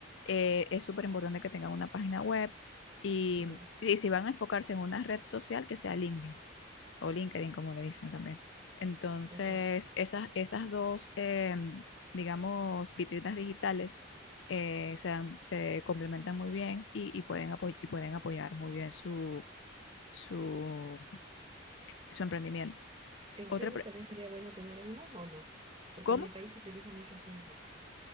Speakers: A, on the left (about 70°); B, on the right (about 30°).
A: eh, es súper importante que tengan una página web y,
B: ya,
A: y si van a enfocarse en una red social, que sea LinkedIn o LinkedIn, como le dicen también. Entonces,
B: ok.
A: esas, esas dos, eh, digamos, vitrinas digitales eh, se, dan- se complementan muy bien y, y pueden apo- y pueden apoyar muy bien su, su, su emprendimiento.
B: ¿En
A: Otra
B: Facebook
A: pre-
B: también sería bueno tener uno o no? Porque
A: ¿cómo?
B: en mi país se utiliza mucho Facebook.